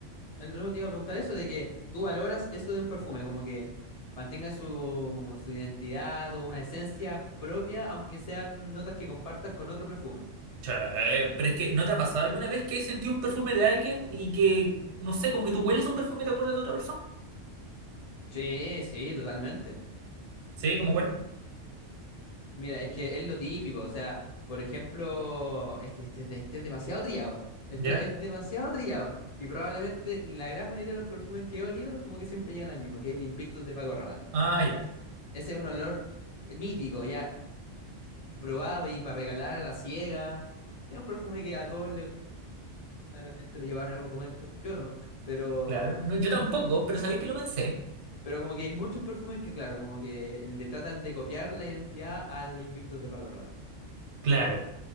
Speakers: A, on the left; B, on the right.
A: eh, no te iba a preguntar eso de que tú valoras eso de un perfume, como que mantenga su, su identidad o una esencia propia, aunque sean notas que compartan con otro perfume.
B: Che, pero es que ¿no te ha pasado alguna vez que has sentido un perfume de alguien y que, no sé, como que tú hueles un perfume y te acuerdas de otra persona?
A: Sí, sí, totalmente.
B: Sí, ¿como cuál?
A: Mira, es que es lo típico, o sea, por ejemplo, es que este, es de- este es demasiado trillado, este
B: ¿Ya?
A: es demasiado trillado, y probablemente la gran mayoría de los perfumes que he olido como que siempre llegan al mismo, que es el Invictus de Paco Rabanne.
B: Ah, ya.
A: Ese es un olor mítico, ya probado y para regalar a la ciega, es un perfume que a todos le, probablemente lo llevaron en algún momento, yo no, pero,
B: Claro, no, yo tampoco, pero sabéis que lo pensé.
A: pero como que hay muchos perfumes que claro, como que le tratan de copiar la identidad al Invictus de Paco Rabanne.
B: Claro,